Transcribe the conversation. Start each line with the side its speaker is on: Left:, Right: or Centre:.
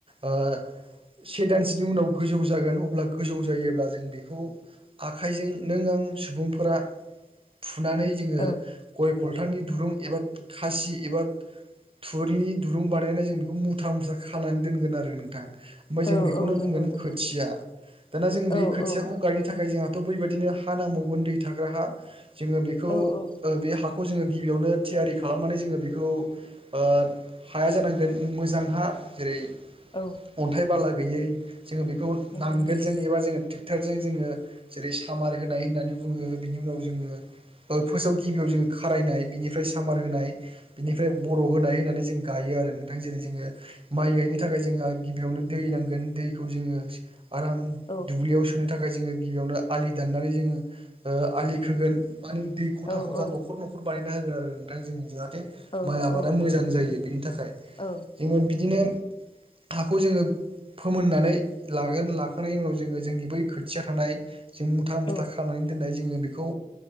Right: ओ से दानसोनि उनाव गोजौ जागोन अब्ला गोजौ जायोब्ला जों बेखौ आखाइजों नों आं सुबुंफोरा फुनानै जोङो
Left: औ
Right: गय फलथनि दुरुं एबा खासि एबा। थुरिनि दुरुं बानायनानै जों बेखौ मुथा मुस्रा खालामनानै दोनगोन आरो नोंथां। ओमफ्राय
Left: औ
Right: जों बेखौनो
Left: औ नंगौ
Right: बुंगोन
Left: नंगौ
Right: खोथिया। दाना जों
Left: औ
Right: बे खोथियाखौ
Left: औ
Right: गायनो थाखाय जोंहाथ' बैबायाददिनो हा नांबावगोन दै थाग्रा हा जोङो बेखौ ओ
Left: औ औ
Right: बे हाखौ जोङो गिबियावनो थियारि खालामनानै जोङो बेखौ ओ हाया जानांगोन मोजांहा जेरै
Left: औ।
Right: अन्थाइ बाला गैयै जोङो बेखौ
Left: नंगौ
Right: नांगोलजों
Left: नंगौ
Right: एबा जोङो ट्रेक्टरजों जोङो जेरै सामार होनाय होननानै बुङो बिनि उनाव जोङो। फार्स्टआव गिबियाव जोङो खारायनाय बिनिफ्राय सामार होनाय बिनिफ्राय औ होनाय होनानै जों गायो आरो नोंथां जेरै जोङो माइ गायनो थाखाय जोंहा गिबियावनो दै नांगोन दैखौ जोङो ओ आराम
Left: औ
Right: दुब्लियावसो खोनो थाखाय जोङो गिबियावनो आलि दाननानै जोङो आलि खोगोन मानि दै खथा
Left: औ
Right: खथा
Left: औ
Right: नखर नखर बानायना होगोन आरो नोंथां जों जरहा माइ
Left: औ
Right: आबादा
Left: औ
Right: मोजां जायो बिनि थाखाय
Left: औ
Right: जोङो बिदिनो हाखौ जोङो फोमोननानै लागोन। थाखाखांनायनि उनाव जोङो जोंनि बै खोथिया थानाय जों मुथा मुथा
Left: औ
Right: खालामनानै दोननाय जोङो। औ‌ बेखौ